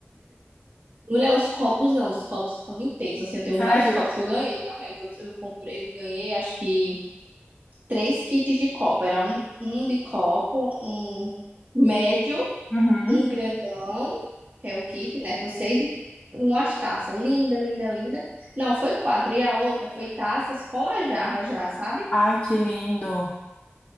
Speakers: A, on the right; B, on the left.
A: Não é os copos, não. Os copos são inteiros. Assim, eu tenho
B: <laughs> Sério?
A: vários copos que eu ganhei também. Todos eu comprei, eu ganhei, acho que três kits de copo. Era um, um de copo, um médio
B: Uhum.
A: um grandão, que é o kit, né? Com seis e umas taças. Linda, linda, linda. Não, foi quatro. E a outra foi taças com a jarra já, sabe?
B: Ai, que lindo.